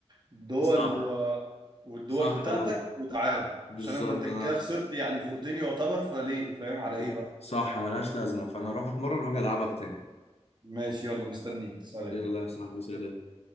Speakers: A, on the right; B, on the left.
A: دول
B: صح
A: و... والدول
B: صح
A: بتاعتك
B: برضه
A: وتعالى
B: بالظبط
A: عشان انا انت كده
B: انا
A: خسرت يعني فورتين يعتبر فليه فاهم على
B: ب-
A: ايه بقى
B: صح ملهاش لازمه فانا اروح اتمرن واجي العبك تاني
A: ماشي يلا مستنيك سلام
B: يلا يا صاحبي سلام